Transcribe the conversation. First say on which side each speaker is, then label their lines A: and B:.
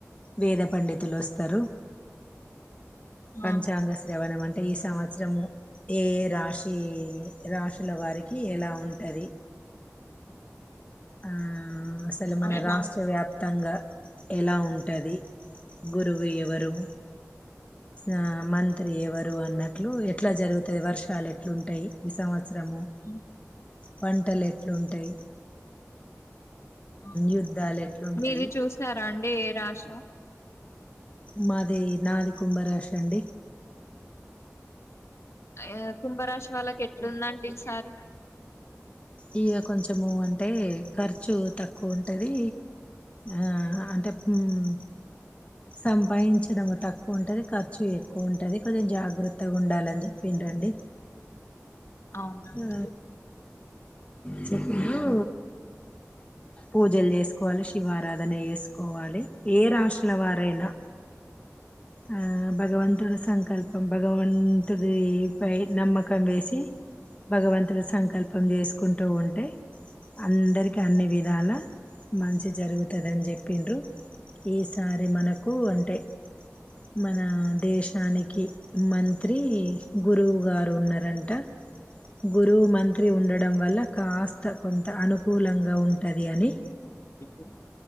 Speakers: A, on the left; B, on the left.
A: వేద పండితులు వస్తారు పంచాంగ
B: ఆ
A: శ్రవణమం సంవత్సరము ఏ రాశి రాసుల వారికి ఎలా ఉం అది ఆ అసలు మన
B: ఆహా
A: రాష్ట్ర వ్యాప్తంగా ఎలా ఉంటది గురువు ఎవరు ఆ మంత్రి ఎవ రు అన్నట్లు ఎట్లా జరుగుతది వర్షాలు ఎట్లుంటాయి ఈ సంవత్స శ్రము
B: హ్మ్.
A: పంటలు ఎట్లుంటాయి
B: ఆ
A: యుద్ధాలు ఎట్లుంటాయి
B: మీది చూసారా అండి ఏ రాషో
A: మాది నాది కుంభ రాశండి
B: ఆ కుంభరాశి వాళ్ళకి ఎట్లుందండి ఈసారి
A: ఇగ కొంచము అంటే ఖర్చు తక్కువ ఉంటది ఆ అంటే మ్మ్ హ్మ్ సంపాయించడము తక్కువ ఉంటది కర్ ఖర్చు ఎక్కువ ఉంటది కొంచెం జాగ్రత్తగా ఉండాలని చెప్పిండ రండి
B: అవునా అండి
A: ఆ చెను పూజలు చేసుకోవాలి శివారాధన చేసుకోవాలి ఏ రాశుల వారైనా ఆ భగవంతుడు సంకల్పం భగవాన్ అంటది పై నమ్మకం వేసి భగవంతులు సంకల్పం
B: హ్మ్.
A: చేసుకుంటూ ఉంటే అందరికి అన్ని విధ ఇదాల మంచి జరుగుతదని చెప్పిండ్రు ఈసారి మనకు అంటే మన దేశానికి మంత్రి గురువు గారు ఉన్నారంట గురువు మంత్రి ఉండ వల్ల కాస్త కొంత అనుకూలంగా ఉం ఉంటది అని
B: చెప్పు